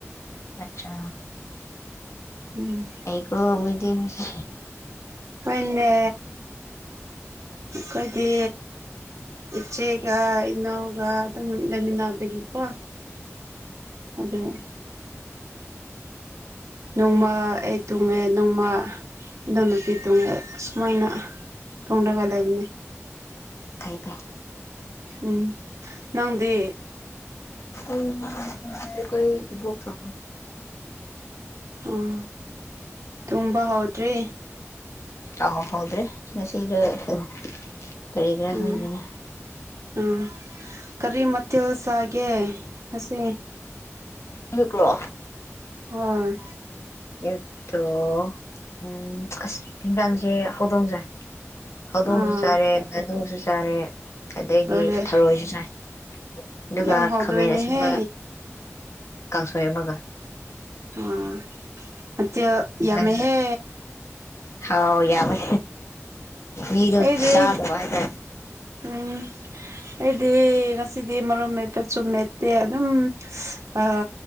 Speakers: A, on the left; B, on the right.
A: ꯑꯠꯆꯥ
B: ꯎꯝ
A: ꯑꯩꯀꯣ ꯋꯦꯗꯤꯡꯁ
B: ꯋꯦꯟꯗꯦ ꯈꯣꯏꯗꯤ ꯏꯆꯦꯒ ꯏꯅꯥꯎꯒ ꯑꯗꯨꯝ ꯂꯩꯃꯤꯟꯅꯕꯒꯤ ꯍꯣꯏ ꯑꯗꯣ ꯅꯣꯡꯃ ꯑꯩ ꯇꯨꯡꯔꯦ ꯅꯣꯡꯃ ꯏꯅꯥꯎ ꯅꯨꯨꯄꯤ ꯇꯨꯡꯔ ꯃꯣꯏꯅ ꯊꯣꯡꯗ꯭ꯔꯒ ꯂꯩꯕꯅꯦ
A: ꯐꯩ ꯐꯩ
B: ꯎꯝ ꯅꯪꯗꯤ
A: ꯎꯝ ꯑꯩꯈꯣꯏ ꯏꯕꯣꯛꯇꯣ
B: ꯎꯝ ꯇꯨꯝꯕ ꯍꯧꯗ꯭ꯔꯤ
A: ꯑꯧ ꯍꯧꯗꯦ ꯉꯁꯤꯒ ꯀꯔꯤ ꯀꯔꯤꯒ
B: ꯎꯝ
A: ꯈꯪꯗꯦꯅꯦ
B: ꯎꯝ ꯀꯔꯤ ꯃꯊꯦꯜ ꯆꯥꯒꯦ ꯉꯁꯤ
A: ꯑꯩꯕ꯭ꯔꯣ
B: ꯍꯣꯏ
A: ꯑꯌꯨꯠꯇꯣ ꯎꯝ ꯑꯁ ꯏꯟꯖꯥꯡꯁꯦ ꯍꯧꯗꯣꯡꯆꯥꯏ ꯍꯧꯗꯣꯡꯖꯨ
B: ꯑꯥ
A: ꯆꯥꯔꯦ ꯉꯥꯅꯨꯖꯨ ꯆꯥꯔꯦ ꯑꯗꯩꯗꯤ
B: ꯂꯣꯏꯔꯦ
A: ꯊꯔꯣꯏꯖꯨ ꯆꯥꯏ ꯑꯗꯨꯒ
B: ꯌꯥꯝ ꯍꯥꯎꯗꯣꯏꯅꯦꯍꯦ
A: ꯈꯥꯃꯦꯟ ꯑꯁꯤꯟꯕ ꯀꯥꯡꯁꯣꯏ ꯑꯃꯒ
B: ꯎꯝ ꯃꯊꯦꯜ ꯌꯥꯝꯃꯦꯍꯦ
A: ꯅꯪꯗꯤ ꯍꯥꯎ ꯌꯥꯝꯄꯦ ꯃꯤꯗꯣ
B: ꯑꯩꯗꯤ
A: ꯆꯥꯗꯕ ꯍꯥꯏꯇꯥꯔꯦ
B: ꯎꯝ ꯑꯩꯗꯤ ꯉꯁꯤꯗꯤ ꯃꯣꯔꯣꯛ ꯃꯦꯠꯄ ꯆꯨꯝ ꯃꯦꯠꯇꯦ ꯑꯗꯨꯝ ꯑ